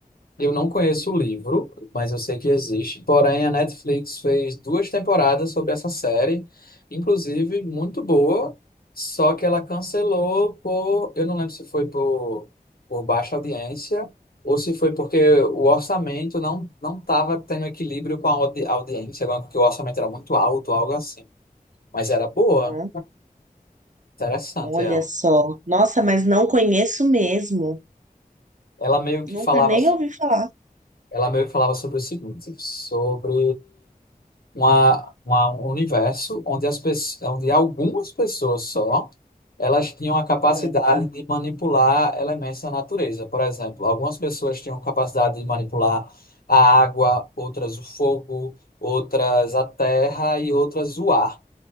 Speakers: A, on the left; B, on the right.
A: Eu não conheço o livro, mas eu sei que existe. Porém, a Netflix fez duas temporadas sobre essa série, inclusive muito boa, só que ela cancelou por, eu não lembro se foi por, por baixa audiência ou se foi porque o orçamento não não estava tendo equilíbrio com a audi- audiência, porque o orçamento era muito alto, algo assim. Mas era boa,
B: Uhum.
A: interessante
B: Olha
A: ela.
B: só. Nossa, mas não conheço mesmo.
A: Ela meio que
B: Nunca
A: falava
B: nem ouvi falar.
A: Ela meio que falava sobre o seguinte, sobre uma, uma- um universo onde as pessoas, onde algumas pessoas só, elas tinham a capacidade
B: Ah,
A: de manipular elementos da natureza. Por exemplo, algumas pessoas tinham capacidade de manipular a água, outras o fogo, outras a terra e outras o ar.